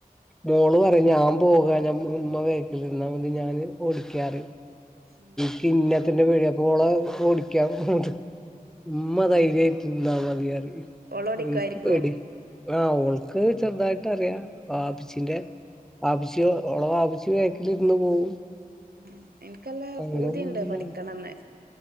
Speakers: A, in the centre; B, on the right (about 85°).
A: മോള് പറിം ഞാ. പോകാഞ്ഞാ ഉം ഉമ്മ ബാക്കിലിരുന്നാ മതി. ഞാന് ഓടിക്കാ റിം.
B: <inaudible>
A: കിന്നാത്തന്നെ പേടിയാ. അപ്പൊ ഓള ഓടിക്കാ, പറഞ്ഞട്ട് ഉമ്മ ധൈര്യായി എന്താ പറയാറിയും
B: ഓളോടിക്കുവായിരിക്കും
A: ഇന്ക്ക് പേടിയാ ആ ഓൾക്ക് ചെറുതായിട്ടറിയാ വാപ്പച്ചിന്റെ വാപ്പിച്ചി ഓള വാപിച്ചി ബേക്കിലിരുന്ന് പോവും.
B: ഉം ഇൻക്കല്ല
A: അങ്ങനെ
B: പൂതിണ്ട്
A: പോകുന്നതാണ്
B: പഠിക്കണംന്ന്